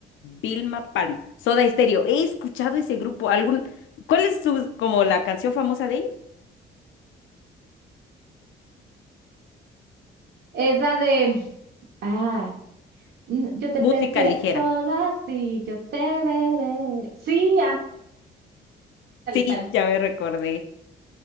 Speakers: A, on the left; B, on the right.
A: Vilma Palma, Soda Stereo. He escuchado ese grupo. ¿Algún, cuál es su, como la canción famosa de ellos?
B: es la de, ah, n- yo te
A: Música
B: prefiero
A: ligera.
B: solo así, yo te veré. Sí, ándale
A: Sí,
B: también,
A: ya me recordé.